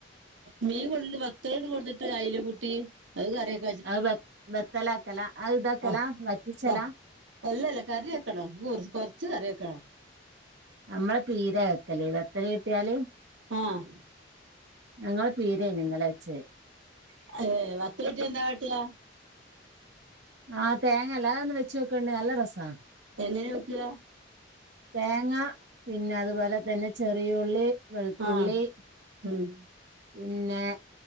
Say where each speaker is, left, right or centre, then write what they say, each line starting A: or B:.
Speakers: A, on the right; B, on the right.
A: മീൻ കൊണ്ടിട്ട് <unintelligible> കൊണ്ടിട്ട് അയിലക്കുട്ടി അത് കറിവയ്
B: അ ബത്ത് ബത്തല ആക്കല അ ഇത് ആക്കലാ
A: ആഹ്
B: വറ്റിച്ചലാ-
A: അല്ലല്ല കറി വെക്കണം കുറച്ച് കറി വെക്കണം-
B: നമ്മളെ പീര വെക്കല്ലേ ഇത് എത്ര കിട്ടിയാല്-
A: ആഹ് -
B: ഞങ്ങളെ പീരെന് ഇന്നലെ വച്ചേ-
A: <unintelligible> വത്ത് കിട്ടിയ എന്താകാട്ട്കാ-
B: ആഹ് തേങ്ങല്ലാതെ ഒന്ന് വെച്ച് നോക്ക് ണ്ട് നല്ല രസാ-
A: എങ്ങനെ വെക്ക്ക-
B: തേങ്ങാ പിന്നെ അതുപോലെ തന്നെ ചെറിയുള്ളി- വെളുത്തുള്ളി
A: ആഹ് മ്ഹ്-
B: പിന്നെ